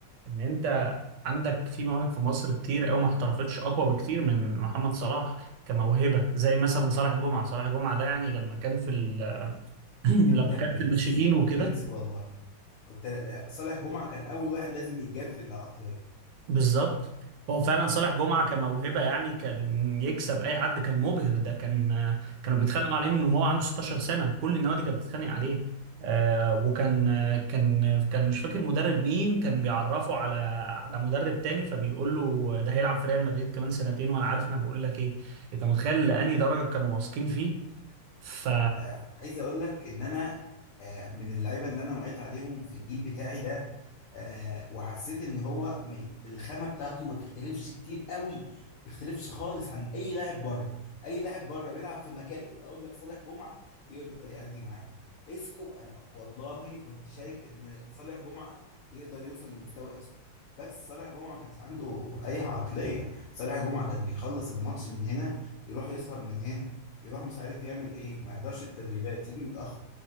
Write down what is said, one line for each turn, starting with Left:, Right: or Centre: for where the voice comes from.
Right: ان انت عندك في مواهب في مصر كتير قوي ما احترفتش اقوى بكتير من محمد صلاح كموهبة زي مثلا صالح جمعة صالح جمعة ده يعني لما كان في ال... <clears throat> لما
Left: انت برنس
Right: كان في الناشئين وكده
Left: برنس والله كنت صالح جمعة كان أول واحد لازم يتجاب في العقلية
Right: بالظبط هو فعلا صالح جمعة كموهبة يعني كان يكسب أي حد كان مبهر ده كان كانوا بيتخانقوا عليه من وهو عنده 16 سنة كل النوادي كانت بتتخانق عليه آه وكان آه، كان كان مش فاكر مدرب مين كان بيعرفه على على مدرب تاني فبيقول له ده هيلعب في ريال مدريد كمان سنتين وأنا عارف أنا بقول لك إيه أنت متخيل لأني درجة كانوا واثقين فيه ف
Left: آه، عايز اقول لك ان انا آه، من اللعيبه اللي انا وعيت عليهم في الجيل بتاعي ده آه، وحسيت ان هو ما ي- الخامه بتاعته ما تختلفش كتير قوي ما تختلفش خالص عن اي لاعب بره اي لاعب بره بيلعب في مكانه اقول لك صالح جمعه يقدر يأدي معاه اسكو انا والله كنت شايف ان صالح جمعه يقدر يوصل لمستوى اسكو بس صالح جمعه ما كانش عنده اي عقليه صالح جمعه كان بيخلص الماتش من هنا يروح يسهر من هنا يروح مش عارف يعمل ايه ما يحضرش التدريبات يجي متأخر